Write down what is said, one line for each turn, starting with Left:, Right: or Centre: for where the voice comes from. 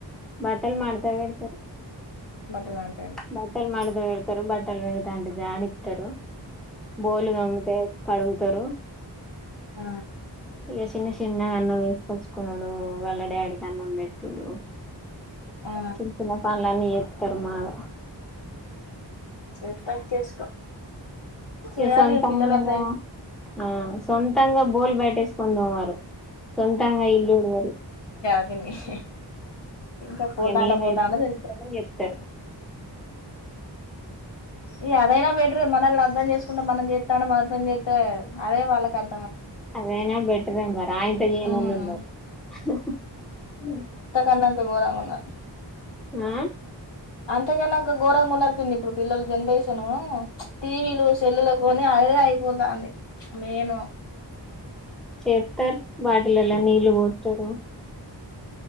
Centre: బట్టలు మడత పెడతారు.
Left: బట్లాడు
Centre: బట్టలు మడత పెడతా రు బట్టలు పిండుతా అంటే జాడిస్తారు. బోలు దోమతె కడుగు తరు
Left: ఆ
Centre: ఇ చిన్న చిన్నగా అన్నం వేసుకొచ్చుకున్నాడు. డు వాళ్ల డాడకి అన్నం పెట్టుడు
Left: ఆ
Centre: చిన్న చిన్న పనులన్నీ చేస్తారు మాగ
Left: చె చేసుకో, చేయాలి
Centre: ఇగ సొంతంగా
Left: పిల్లలు అట్లా
Centre: ఆ సొంతంగా బోల్ బయటే కొంతం వారు సొంతంగా ఇల్డువారు
Left: అ <unintelligible> ఇంకా పోతాంట
Centre: నేనైతే
Left: పోతాంట తెలు
Centre: చెప్తారు
Left: ఈ అదైనా బటర్ మనల్ని అర్థం చేసుకుంటే మనం చేస్తానే మనతోనే చేస్తే అదే వాళ్ళకి అర్ం
Centre: అదేనా బట్ ఉన్నారు ఆయనంత ఏనోళ్ళు
Left: ఉమ్
Centre: ఉన్నారు. హ హ
Left: క గోరంగన్నారు
Centre: ఆ
Left: అంతకనా అక్క ఇంక ఘోరంగా ఉన్నారు పిన్ని ఇప్పుడు పిల్లలు జనరేషను టీవీలు సెల్లలతోనే అగ అయిపోదా అంది మేను
Centre: చేతారు బాటిలలో నీళ్ళు పోతారు.